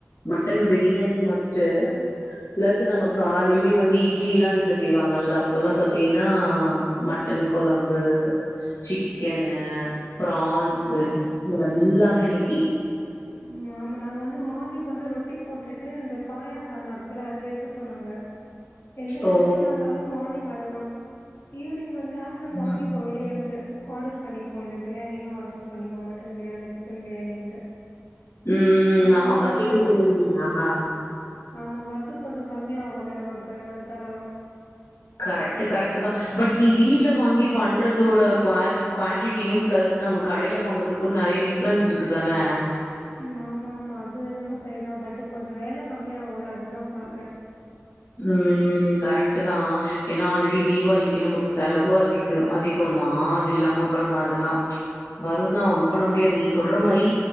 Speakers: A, on the left (about 90°); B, on the left (about 70°).
A: mutton biryani must plus நம்ம காலையிலயே வந்து இட்லி எல்லா வீட்ல செய்வாங்கல்ல அப்போ எல்லா பாத்தீங்கன்னா மட்டன் கொழம்பு சிக்கனு ப்ரான்ஸு
B: ம்
A: எல்லாமே அன்னைக்கு
B: ம் ஆமா நாங்க வந்து மார்னிங் வந்து ரொட் டி போட்டுட்டு இந்த பாயாசால்னா இருக்குல்ல அது வச்சுப்போ நாங்க எந்த ஃபெஸ்டிவலா
A: ஓ
B: இருந்தாலும் மார்னிங் அதுதா ஈவினிங் வந்து ஆஃப்டர்நூன் வாங்கிப்போ
A: ம்
B: வெளியேந்து ஆர்டர் பண்ணிப்போ இந்த பிரியாணிலா ஆர்டர் பண்ணிப்போ மட்டன் பிரியாணி சிக்கன் பிரியாணின்ட்டு
A: ம்
B: அதனால
A: ம் ஆமா பக்கெட்
B: ஓரளவுக்கு
A: பிரியாணிங்களா
B: ஆமா ஒர்க்கு கொஞ்ச கம்மியாகுல்ல நமக்கு அதுக்காக தா
A: கரெக்ட் கரெக்ட் தா பட் நீ வீட்ல வாங்கி பண்றதோட குவால் குவான்டிட்டியு ப்ளஸ் நம்ம கடயில வாங்குறதுக்கு நறைய டிஃப்ரன்ஸ் இருக்கு தானே
B: ம் ஆமா ஆமா அது என்னமோ சரிதா பட் கொஞ்ச வேல் கம்மியாகுல்ல அததாபாக்குறே பட்டு கொஞ்சம் வேல கம்மிய ஆகும்ல அதுதா பார்க்குறே
A: ம் கரெக்ட்டுதா என்னா ஆல்ரெடி தீவாளிக்கு நமக்கு செலவு அதிக அதி கொந்தா அது இல்லாம ப்பபனம்ம அதுல்லா வருந்தா ஒண்ணு பண்ண முடியாது நீ சொல்ற மாரி